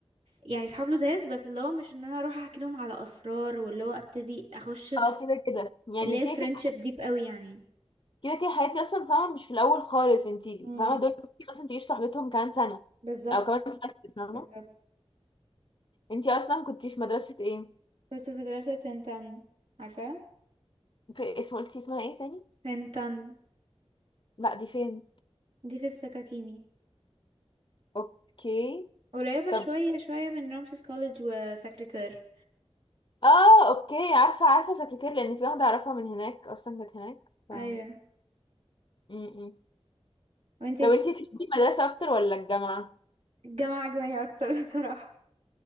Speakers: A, on the right (about 70°); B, on the left (about 50°).
A: يعني صحاب لزاز بس اللي هو مش إن أنا أروح أحكي لهم على أسرار واللي هو أبتدي أخش في
B: اه كده كده يعني
A: اللي
B: كده
A: هي فريندشيب
B: كده
A: ديب قوي يعني
B: كده كده الحاجات دي اصلا فاهمه مش في الاول خالص انتي
A: امم
B: فاهمه دول ممكن اصلا تعيش صاحبتهم كمان سنه
A: بالظبط
B: او كمان سنه فاهمه
A: بالظبط بالظبط
B: انتي اصلا كنتي في مدرسه ايه
A: كنت في مدرسة سنتان عارفة
B: في اسم قلتي اسمها ايه تاني
A: سنتان
B: لا دي فين
A: دي في السكاكيني
B: اوكي
A: قريبة
B: طب
A: شوية شوية من رامسيس كوليدج وساكريكير
B: اه اوكي عارفه عارفه سكرتير لان في واحده اعرفها من هناك اصلا كانت هناك ف
A: ايوه
B: م -م.
A: وانتي
B: طب انتي تحبي المدرسه اكتر ولا الجامعه
A: الجامعة عجباني اكتر <laughs> بصراحة